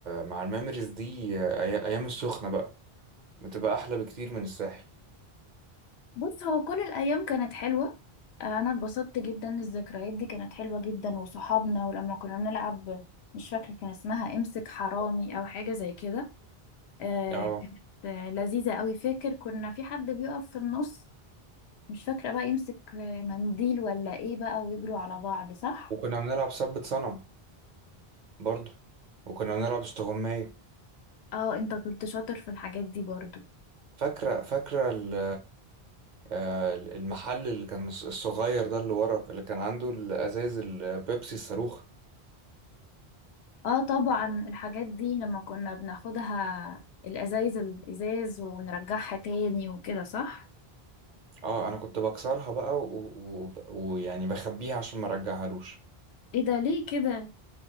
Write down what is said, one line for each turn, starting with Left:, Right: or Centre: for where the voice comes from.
Right: مع الميموريز دي أي... ايام السخنه بقى بتبقى احلى بكتير من الساحل
Left: بص هو كل الأيام كانت حلوة آه، أنا اتبسطت جدا الذكريات دي كانت حلوة جدا وصحابنا ولما كنا بنلعب مش فاكرة كان اسمها امسك حرامي أو حاجة زي كده آه،
Right: اه
Left: كانت آه، لذيذة أوي فاكر كنا في حد بيقف في النص مش فاكرة بقى يمسك آه، منديل ولا ايه بقى ويجروا على بعض صح؟
Right: وكنا بنلعب سبت صنم برضو وكنا بنلعب استغماية
Left: اه انت كنت شاطر في الحاجات دي برضو
Right: فاكرة فاكرة ال- آه، المحل اللي كان الصغير ده اللي ورا اللي كان عنده الأزايز البيبسي الصاروخ
Left: اه طبعا الحاجات دي لما كنا بناخدها الأزايز الإزاز ونرجعها تاني وكده صح؟
Right: اه انا كنت بكسرها بقى ويعني و... و... ويعني بخبيها عشان ما ارجعهالوش
Left: ايه ده ليه كده